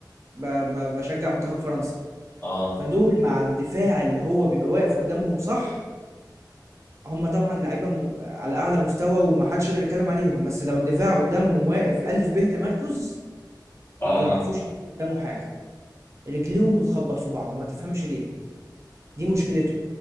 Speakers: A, on the right; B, on the left.
A: ب- ب- بشجع منتخب فرنسا
B: اه
A: فدول مع الدفاع اللي هو بيبقى واقف قدامهم صح هم طبعا لعيبه م... على اعلى مستوى ومحدش يقدر يتكلم عليهم بس لو الدفاع قدامهم واقف الف ب تمركز
B: اه
A: ما بيعرفوش
B: اه
A: يعملوا قدامه حاجه رجليهم بتخبط في بعض ما تفهمش ليه دي مشكلتهم